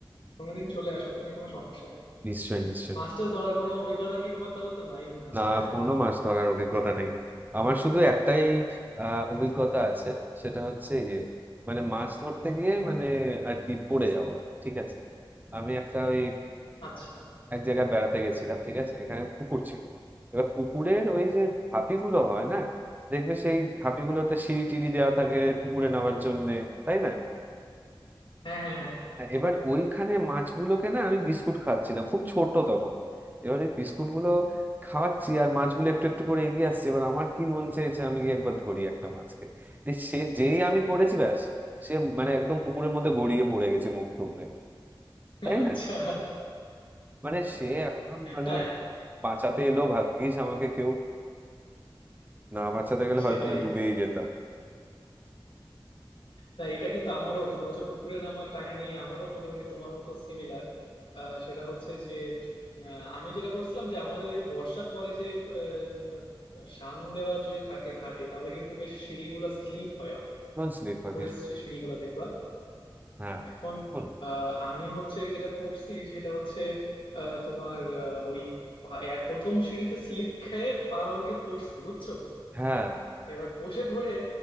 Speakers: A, on the left; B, on the right.
A: কোনোদিন চলে আসো তুমি কোনো সমস্যা না
B: নিশ্চয়ই নিশ্চয়ই
A: মাস্টার্স ধরার কোনো অভিজ্ঞতা কি তোমার তাহলে তো নাই মনে হয়
B: না
A: তাই না
B: কোনো মাছ ধরার অভিজ্ঞতা নেই আমার শুধু একটাই আহ অভিজ্ঞতা আছে সেটা হচ্ছে ইয়ে মানে মাছ ধরতে গিয়ে মানে আর কি পড়ে যাওয়া ঠিক আছে আমি একটা ওই
A: আচ্ছা
B: এক জায়গায় বেড়াতে গেছিলাম ঠিক আছে এখানে পুকুর ছিল এবার পুকুরের ওই যে ধাপিগুলো হয় না দেখবে সেই ধাপিগুলোতে সিঁড়ি টিড়ি দেওয়া থাকে পুকুরে নামার জন্য তাই না
A: হ্যাঁ হ্যাঁ হ্যাঁ
B: হ্যাঁ, এবার ওইখানে মাছগুলোকে না আমি বিস্কুট খাওয়াচ্ছিলাম খুব ছোট তখন এবার ওই বিস্কুটগুলো খাওয়াচ্ছি আর মাছগুলো একটু একটু করে এগিয়ে আসছে এবার আমার কি মন চেয়েছে আমি গিয়ে একবার ধরি একটা মাছকে দিয়ে সে যেই আমি করেছি ব্যাস সে মানে একদম পুকুরের মধ্যে গড়িয়ে পড়ে গেছে মুখ টুকরে তাই
A: আচ্ছা
B: না মানে সে এখন মানে
A: তাই
B: বাঁচাতে এলো ভাগ্যিস আমাকে কেউ না বাঁচাতে গেলে
A: সেটাই
B: হয়তো আমি ডুবেই যেতাম
A: না এটা কিন্তু আমারও তোমার হচ্ছে পুকুরে নামার কাহিনী আমারও মোটামুটি তোমার মতো সিমিলার সেটা হচ্ছে যে আহ, আমি যেটা করছিলাম যে আমাদের ওই যে বর্ষার পরে যে আহ, তোমার শান দেওয়া যদি থাকে ঘাটে তাহলে কিন্তু বেশ সিঁড়িগুলা স্লিপ হয় অনেক
B: ভীষণ স্লিপ
A: পুকুরের
B: ভাগ্যিস
A: সে সিঁড়িগুলা দেখবা
B: হ্যাঁ
A: এখন
B: শোন,
A: আহ, আমি হচ্ছে যেটা করছি সেটা হচ্ছে আহ, তোমার আহ, ওই পা- এ- প্রথম সিঁড়িতে স্লিপ খেয়ে পা হড়কে পড়ছি বুঝছো
B: হ্যাঁ
A: এবার বসে পড়ে